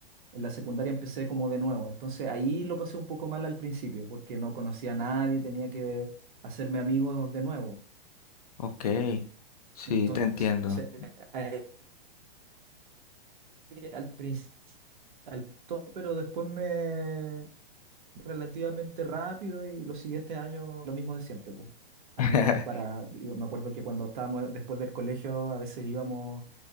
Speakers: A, on the right; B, on the left.
A: En la secundaria empecé como de nuevo, entonces ahí lo pasé un poco mal al principio, porque no conocía a nadie, tenía que hacerme amigos de nuevo.
B: Ok, sí,
A: Entonces,
B: te entiendo.
A: ahí al principio, al to- pero después me relativamente rápido y los siguientes años lo mismo de siempre, pues. Amigos
B: <laughs>
A: para, yo me acuerdo que cuando estábamos después del colegio, a veces íbamos,